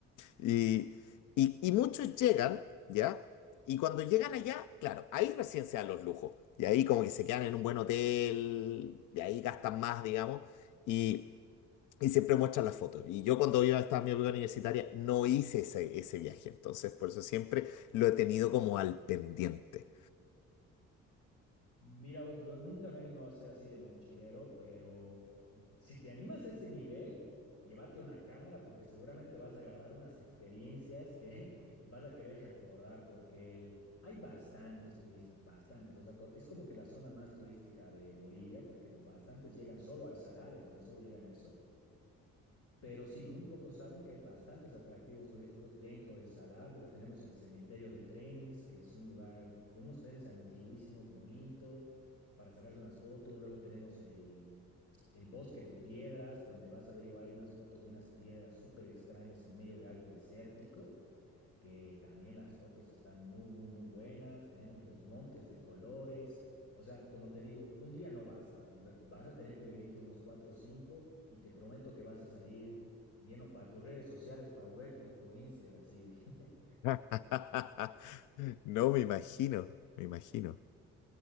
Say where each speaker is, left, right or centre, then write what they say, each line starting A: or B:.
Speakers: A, on the left; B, on the left.
A: Y, y, y muchos llegan, ¿ya? Y cuando llegan allá, claro, ahí recién se dan los lujos. Y ahí como que se quedan en un buen hotel, y ahí gastan más, digamos. Y, y siempre muestran las fotos. Y yo cuando yo estaba en mi época universitaria no hice ese, ese viaje. Entonces, por eso siempre lo he tenido como al pendiente.
B: Mira vos, yo nunca me he animado a ser así de mochilero, pero si te animas a ese nivel, llévate una cámara porque seguramente vas a grabar unas experiencias que <laughs> vas a querer recordar porque el... hay bastantes turistas, bastantes. O sea, co- es como que la zona más turística de Bolivia porque bastantes llegan solo al Salares, man, solo llegan a eso. Pero sí, muy pocos saben que hay bastantes atractivos turísticos dentro del Salar, porque tenemos el cementerio de trenes, que es un lugar con unos trenes antiguísimos, bonito, para sacarse unas fotos. Luego tenemos el, el bosque de piedras, donde vas a ver igual hay unas fotos de unas piedras súper extrañas en medio de algo desértico que también las fotos están muy, muy, muy buenas, tenemos los montes de colores. O sea, como te digo, un día no basta, v- vas a tener que venirte unos cuatro o cinco y te prometo que vas a salir lleno para tus redes sociales, para volverte influencer, así. <laughs>
A: <laughs> No, me imagino, me imagino.